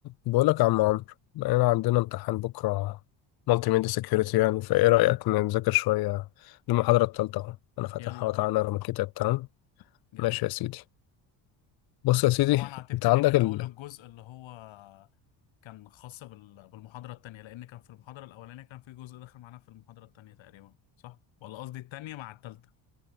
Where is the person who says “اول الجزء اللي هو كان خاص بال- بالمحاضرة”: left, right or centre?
Left